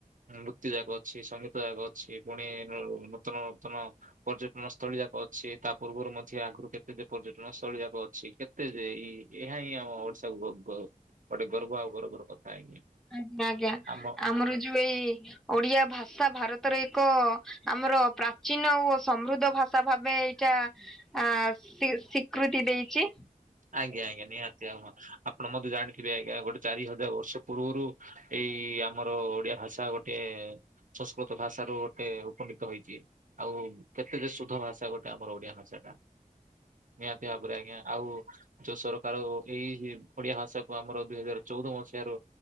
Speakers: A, on the right; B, in the centre.
A: ନୃତ୍ୟ ଯାକ ଅଛି ସଙ୍ଗୀତ ଯାକ ଅଛି ପୁଣି ନୂତନ ନୂତନ ପର୍ଯ୍ୟଟନ ସ୍ଥଳୀ ଯାକ ଅଛି ତା ପୂର୍ବରୁ ମଧ୍ୟ ଆଗରୁ କେତେ ଯେ ପର୍ଯ୍ୟଟନ ସ୍ଥଳୀ ଯାକ ଅଛି କେ ତେ ଯେ ଏହା ହିଁ ଆମ ଓଡିଶାକୁ ଗ ଗୋଟେ ଗର୍ବ ଆଉ ଗର୍ବର କଥା ଆଜ୍ଞା
B: ଆଜ୍ଞା ଆଜ୍ଞା
A: ଆମ
B: ଆମର ଯୋଉ ଏଇ ଓଡିଆ ଭାଷା ଭାରତର ଏକ ଆମର ପ୍ରାଚୀନ ଓ ସମୃଦ୍ଧ ଭାଷା ଭାବେ ଏଇଟା ଆ ସୀ ସ୍ଵୀକୃତି ଦେଇଛି
A: ଆଜ୍ଞା ଆଜ୍ଞା ନିହାତି ଆଉ ଆପଣ ମତେ ଜାଣିଥିବେ ଆଜ୍ଞା ଗୋଟେ ଚାରି ହଜାର ବର୍ଷ ପୂର୍ବରୁ ଏଇ ଆମର ଓଡିଆ ଭାଷା ଗୋଟେ ସଂସ୍କୃତ ଭାଷ ରୁ ଗୋଟେ ଉପନୀତ ହେଇଛି। ଆଉ କେତେ ଯେ ଶୁଧ ଭାଷା ଗୋଟେ ଆମର ଓଡିଆ ଭାଷା ଟା ନିହାତି ଭାବରେ ଆଜ୍ଞା ଆଉ ଯୋଉ ସରକାର ଏଇ ଓଡିଆ ଭାଷା କୁ ଆମର ଦୁଇ ହଜାର ଚଉଦ ମସିହାରୁ